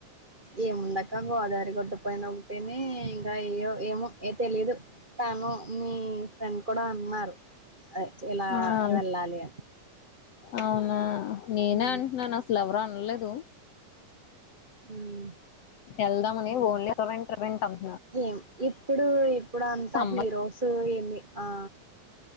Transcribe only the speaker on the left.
ఆ
అవునా నేనే
అంట్న్నాను అసలు ఎవరు అనలేదు
ఎల్దామని ఓన్లీ రిఫరెంట్ రిఫరెంట్ అని
సమ్మర్